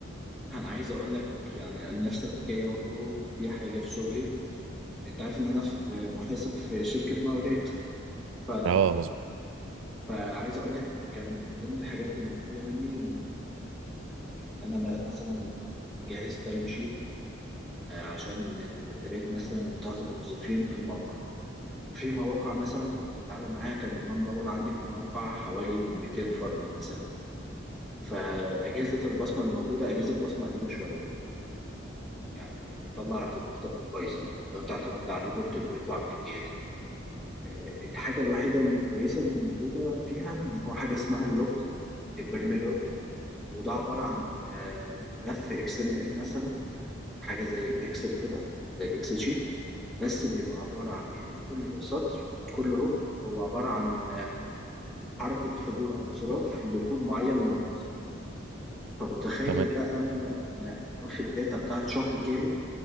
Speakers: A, in the centre; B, on the right (about 85°).
A: انا عايز اقول لك يعني نفس الحكايه برضو في حاجه في شغلي انت عارف ان انا في محاسب في شركه مقاولات ف
B: اه مظبوط
A: فعايز اقول لك كان من ضمن الحاجات اللي مطلوبه مني ان ان انا م- مثلا اجهز تايم شيت عشان المرتبات مثلا بتاعه الموظفين في الموقع في مواقع مثلا كنت بتعامل معاها كان المان باور عندي في الموقع حوالي 200 فرد مثلا فأجهزة البصمة الموجودة أجهزة البصمة قديمة شوية يعني بتطلع الريبورتات بايظة لو أنت اعتمدت على الريبورت اللي بيطلع من الجهاز آه، الحاجة الوحيدة الكويسة الموجودة فيها إن هو حاجة اسمها اللوج البريمي لوج وده عبارة عن آه، ملف اكس ام ال مثلا حاجة زي الإكسل كده زي الإكسل شيت بس بيبقى عبارة عن إن كل سطر كل رو هو عبارة عن حركة حضور أو انصراف لكود معين لموظف طب متخيل
B: تمام
A: بقى أنا أنا واخد داتا بتاعت شهر كامل